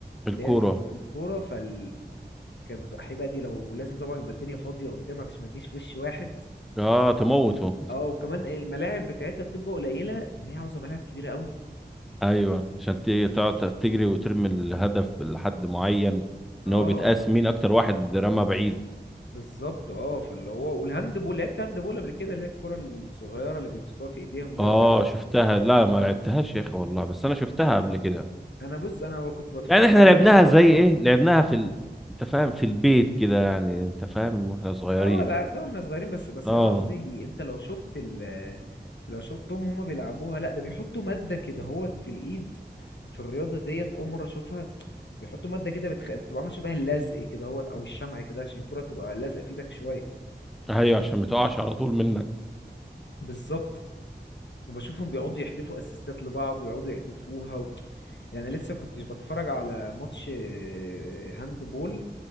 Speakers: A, in the centre; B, on the left.
A: الكورة
B: اللي هي ال- الكورة فال كانت بتبقى حيبة دي لو لازم طبعا يبقى الدنيا فاضية قدامك عشان ما تجيش في وش واحد
A: اه تموته
B: اه وكمان الملاعب بتاعتنا بتبقى قليله ان هي عاوزه ملاعب كبيره قوي
A: ايوه عشان تيجي تقعد تجري وترمي الهدف لحد معين
B: اه
A: ان هو بيتقاس مين اكتر واحد رمى بعيد
B: بالظبط اه فاللي هو والهاند بول لعبت هاند بول قبل كده اللي هي الكره الصغيره اللي بيمسكوها في ايديهم دي
A: اه
B: يقعدوا يحد
A: شفتها لا ما لعبتهاش يا اخي والله بس انا شفتها قبل كده
B: انا بص انا كنت بتفرج
A: يعني احنا
B: عليها
A: لعبناها
B: وجربتها
A: زي ايه لعبناها في ال... انت فاهم في البيت كده يعني انت فاهم واحنا صغيرين
B: اه لعبناها واحنا صغيرين بس بس
A: اه
B: انا قصدي انت لو شفت ال لو شفتهم هما بيلعبوها لا ده بيحطوا ماده كده هوت في الايد في الرياضه ديت اول مره اشوفها بيحطوا ماده كده بتخ... بتبقى عامله شبه اللزق كده هوت او الشمع كده عشان الكره تبقى لازقه في ايدك شويه
A: ايوه عشان ما تقعش على طول منك
B: بالظبط وبشوفهم بيقعدوا يحدفوا اسيستات لبعض ويقعدوا يحدفوها و... يعني لسه كنت بتفرج على ماتش آه، هاند بول